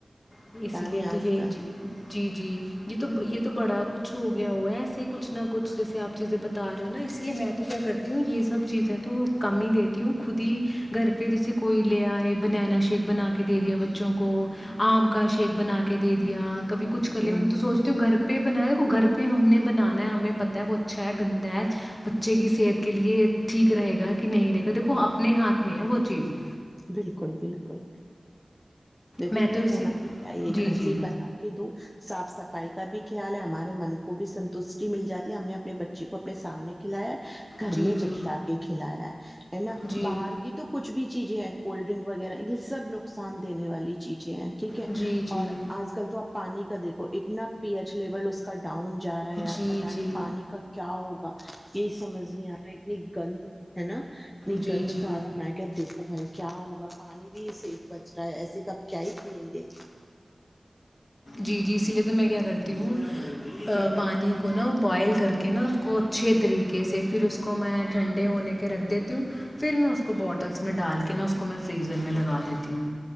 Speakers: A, on the left (about 35°); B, in the centre.
A: <unintelligible> اسی
B: تانی
A: لیے تو
B: آج
A: یہی
B: کل
A: چ <unintelligible> جی جی یہ تو یہ تو بڑا کچھ ہو گیا ہوا ہے ایسے کچھ نہ کچھ جیسے آپ چیزیں بتا رہے ہو نا اسی لیے میں تو کیا کرتی ہوں یہ سب چیزیں تو کم ہی دیتی ہوں خود ہی گھر پہ جیسے <inaudible> کوئی لے آئے بنانا شیک بنا کے دے دیا بچوں کو آم کا شیک بنا کے دے دیا <inaudible> کبھی کچ کر لے
B: ہ
A: میں تو
B: ہ
A: سوچتے ہو گھر پہ بناائے گھر پہ <inaudible> پ ہم نے بنانا ہے ہمیں پتا ہے وہ اچھا ہے گندا ہے بچے کی صحت کے لیے ٹھیک رہے گا کہ نہیں رہے گا دیکھو اپنے ہاتھ میں ہے وہ چیز <inaudible>
B: بالکل بالکل <inaudible> دیکھو
A: میں
B: یہ
A: تو اسی
B: ہونا بھی چاہی یہ
A: جی
B: گھر
A: جی
B: سے بنا کے دو صاف صفائی کا بھی خیال ہے ہمارے من کو بھی سنتشٹی مل جاتی ہے ہم نے اپنے بچے کو اپنے سامنے کھلایا گھر
A: جی
B: میں
A: جی
B: بٹھلا کے کھلایا ہے ہے نا
A: جی
B: باہر کی تو کچھ بھی چیزیں ہیں کولڈ ڈرنک وغیرہ یہ سب نقصان دینے والی چیزیں ہیں ٹھیک ہے
A: جی جی
B: اور آج کل تو آپ پانی کا دیکھو اتنا پی ایچ لیول اس کا ڈاؤن جا رہا ہے یار
A: جی
B: پتا
A: جی
B: نہیں پانی کا کیا ہوگا <inaudible> یہی سمجھ نہیں آ رہا اتنی گند ہے نانی
A: جی
B: گند
A: جی
B: سارا میں کیا دیکھ بھائی <inaudible> کیا ہوگا پانی بھی سےیف بچ رہا ہے ایسے کب کیا ہی پیئیں گے
A: جی جی اسی لیے تو میں کیا کرتی ہوں پانی کو نا بوائل کر کے نا اس کو اچھے طریقے سے پھر اس کو میں ٹھنڈے ہونے کے رکھ دیتی ہوں پھر میں اس کو بٹلز میں ڈال کے نا اس کو میں فریزر میں لگا دیتی ہوں